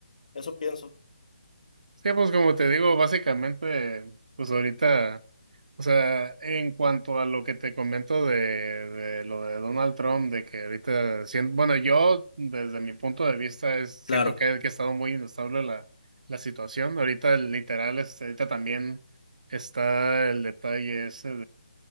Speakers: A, on the left; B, on the right.
A: eso pienso.
B: Sí, pues como te digo, básicamente, pues ahorita, o sea, en cuanto a lo que te comento de, de lo de Donald Trump, de que ahorita, sien- bueno, yo desde mi punto de vista es, siento
A: Claro.
B: que, que ha estado muy inestable la, la situación. Ahorita, literal, este, ahorita también está el detalle ese